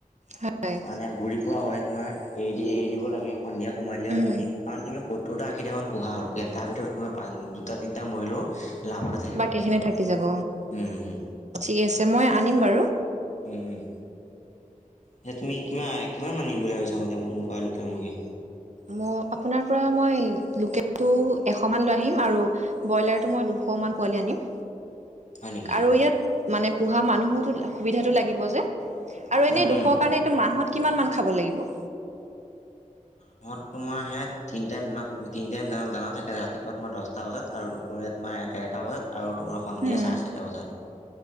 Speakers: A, on the right; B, on the left.
A: হয়
B: মানে ঘূৰি পোৱা হয় তোমাৰ, এৰি দি এৰি দিব লাগে সন্ধিয়া সোমাই দিলে হ'ল
A: উম
B: তুমি, কাৰণ তুমি সত দুটা আশীটামান পোহা আৰু লোকেল, তাৰ ভিতৰত তোমাৰ দুটা তিনিটা মৰিলোঁ লাভতে থাকিবা
A: বাকীখিনি
B: তুমি। উম,
A: থাকি যাব
B: উম।
A: ঠিক আছে মই আনিম বাৰু।
B: উম-উম, এয়া তুমি কিমান-কিমান মান নিম বুলি ভাবিছা ম এতিয়া মোৰ পৰা লোকেল মুৰ্গী?
A: ম আপোনাৰ পৰা মই লোকেলটো এশ মান লৈ আহিম আৰু ব্ৰইলাৰ টো মই দুশমান পোৱালি আনিম।
B: হয় নেকি
A: আৰু ইয়াত মানে বুঢ়া মানুহোতো সুবিধাটো লাগিব যে আৰু এনেই
B: উম
A: দুখৰ
B: উম
A: কাৰণে এইটো মাহত কিমান মান খাব লাগিব?
B: <unintelligible> তোমাৰ হে তিনি টাইম দানা, তিনি টাইম দানত দানা থাকে ৰাতিপুৱা তোমাৰ দহ সাঁতটা বজাত আৰু দুপৰীয়া তোমাৰ ডেৰটা বজাত আৰু তোমাৰ সন্ধিয়া
A: উম
B: চাৰে চাৰিটা বজাত।